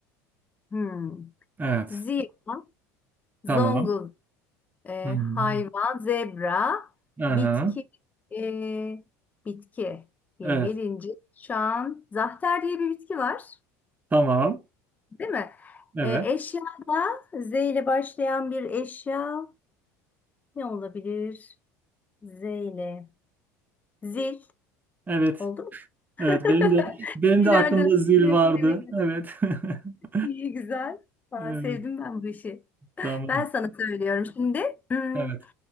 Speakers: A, on the left; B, on the right.
A: Hmm.
B: Evet.
A: Ziya, Zongul,
B: Tamam.
A: e,
B: Hmm.
A: hayvan, zebra,
B: Aha.
A: bitki, e, bitki diye
B: Evet.
A: gelince şu an zahter diye bir bitki var.
B: Tamam.
A: Değil mi?
B: Evet.
A: E, eşyada Z ile başlayan bir eşya ne olabilir? Z ile. Zil.
B: Evet.
A: Oldu mu?
B: Evet.
A: <laughs>
B: Benim de benim de
A: Nereden?
B: aklımda zil
A: Evet,
B: vardı.
A: evet.
B: Evet. <laughs>
A: İyi güzel. Aa,
B: Evet.
A: sevdim ben bu işi.
B: Tamam.
A: Ben sana söylüyorum şimdi. Hmm,
B: Evet.